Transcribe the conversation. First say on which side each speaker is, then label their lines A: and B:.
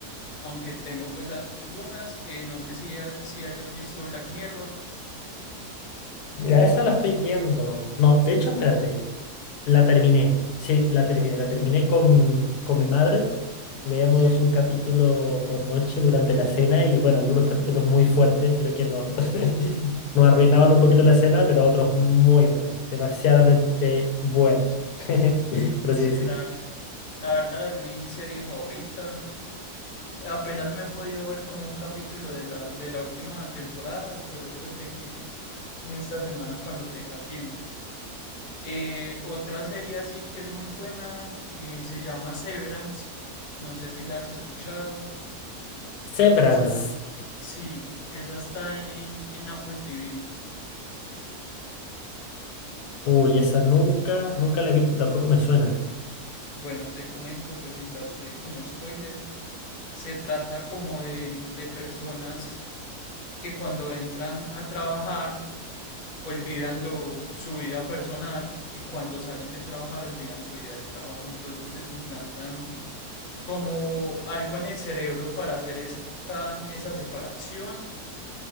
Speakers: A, on the left; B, on the left.
A: Aunque tengo pues algunas, eh, no sé si, ha- si hayas visto Black Mirror.
B: Mira, esa la estoy viendo. No, de hecho, espérate, la terminé. Sí, la terminé. La terminé con, con mi madre. Veíamos
A: Sí,
B: un capítulo por noche durante la cena y bueno, algunos capítulos muy fuertes, creo que no, <laughs> nos
A: sí,
B: arruinaban un poquito la cena, pero otros muy buenos, demasiadamente buenos, <laughs> por
A: sí,
B: así decir.
A: la, la verdad es mi serie favorita. Apenas me he podido ver como un capítulo de la, de la última temporada, espero pues seguir en esta semana cuando tenga tiempo. Eh, otra serie así que es muy buena, eh, se llama Severance, no sé si la has escuchado.
B: Severance.
A: Esa, sí, esa está en, en Apple TV.
B: Uy, esa nunca, nunca la he visto y tampoco me suena.
A: Bueno, te comento pues sin darte como spoiler. se trata como de, de personas que cuando entran a trabajar olvidan lo, su vida personal y cuando salen de trabajar olvidan su vida de trabajo. Entonces les implantan como algo en el cerebro para hacer esa, esa separación.